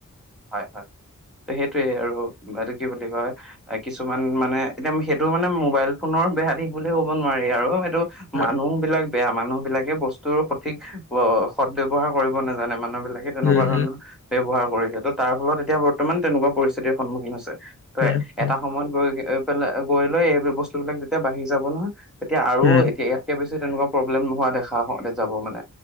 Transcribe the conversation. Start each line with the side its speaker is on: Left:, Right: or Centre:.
Centre: হয় হয় ত সেইটোয়ে আৰু এইটো কি বুলি কয় কিছুমান মানে এতিয়া সেইটো মানে মোবাইল ফোনৰ বেয়া দিশ বুলি ক'ব নোৱাৰি আৰু এইটো
Left: হয়।
Centre: মানুহ বিলাক বেয়া মানুহ বিলাকে বস্তুৰ সঠিক অ সদব্য়ৱহাৰ কৰিব নাজানে মানুহ বিিলাক লে তেনেকুৱা
Left: উম
Centre: ধৰণৰ
Left: হুম
Centre: ব্যৱহাৰ কৰিছে ত তাৰ ফলত এতিয়া বৰ্তমান তেনেকুৱা পৰিস্থিতিৰ সন্মুখীন হৈছে ত
Left: উম উম
Centre: এটা সময়ত গৈ পাই গৈ লৈ এই বস্তু বিলাক তেতিয়া বাঢ়ি যাব নহয় এতিয়া আৰু
Left: উম
Centre: এতিয়া ইয়াতকে বেছি তেনেকুৱা প্ৰব্লেম নহোৱা দেখাওঁতে যাব মানে